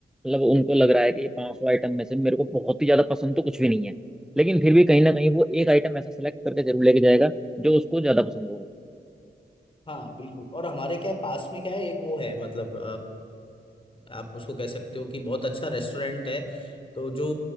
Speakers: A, in the centre; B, on the left.
A: मतलब उनको लग रहा है कि ये 500 आइटम में से मेरे को बहुत ही ज्यादा पसंद तो कुछ भी नहीं है लेकिन फिर भी कहीं ना कहीं वो एक आइटम ऐसा सेलेक्ट करके जरूर लेके जाएगा जो उसको ज्यादा पसंद होगा
B: हाँ बिल्कुल और हमारे क्या है, पास में क्या है एक वो है मतलब अ, आप उसको कह सकते हो कि बहुत अच्छा रेस्टोरेंट है तो जो